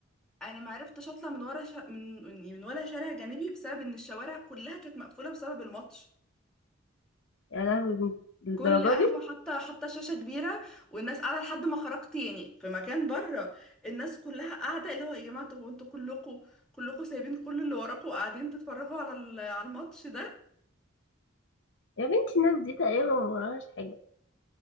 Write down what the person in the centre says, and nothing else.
انا ما عرفتش اطلع من ورا شا... من من ولا شارع جانبي بسبب ان الشوارع كلها كانت مقفولة بسبب الماتش
كل قهوة
حاطة حاطة شاشة كبيرة والناس قاعدة لحد ما خرجت يعني في مكان بره الناس كلها قاعدة اللي هو يا جماعة طب وانتوا كلكوا كلكوا سايبين كل اللي وراكوا وقاعدين تتفرجوا على ال- على الماتش ده